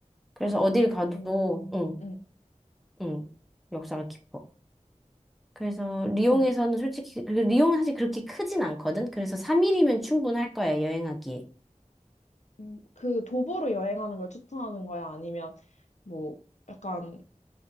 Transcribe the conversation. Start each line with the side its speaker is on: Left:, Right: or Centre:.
Centre: 그래서
Left: 아, 그,
Centre: 어딜 가도,
Left: 음,
Centre: 응,
Left: 응,
Centre: 응, 역사가 깊어. 그래서 리옹에서는
Left: 어.
Centre: 솔직히, 그리고 리옹은 사실 그렇게 크진 않거든? 그래서 3일이면 충분할 거야, 여행하기에.
Left: 음, 그 도보로 여행하는 걸 추천하는 거야? 아니면 뭐, 약간